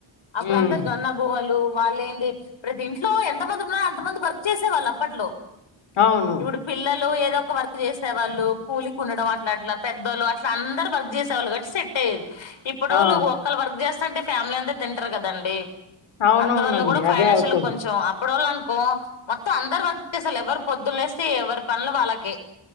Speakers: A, on the left (about 65°); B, on the left (about 85°).
A: అప్పుడ
B: హ్మ్.
A: అంతా జొన్న బువ్వలు వాళ్ళు ఏంటి ప్రతి ఇంట్లో ఎంతమంది ఉన్నో అంత మంది వర్క్ చేసే వాళ్ళు అప్పట్లో
B: అవును.
A: ఇప్పుడు పిల్లలు ఎ ద ఒక వర్క్ చేసేవాళ్ళు కూలి కి ఉండడం అట్లా అట్లా పెద్దళ్లు అట్లా అందరు వర్క్ చేసేళ్ళు గటి సెట్ అయ్యది ఇప్పుడొల్లు
B: ఆ!
A: ఒక్కళ్ళు వర్క్ చేస్తంటే ఫ్యామిలీ అంతా తింటరు కదండి
B: అవునవునండి.
A: అంత వల్ల కూడా ఫైనాన్షియల్
B: అదే అవుతుంది.
A: లో కొంచెం ఇప్పుడోళ్ళు అనుకో మొత్తం అందరు వర్క్ చేసేవాళ్ళే ఎవరు పొద్దున్న లేస్తే ఎవరి పనులు వాళ్ళకి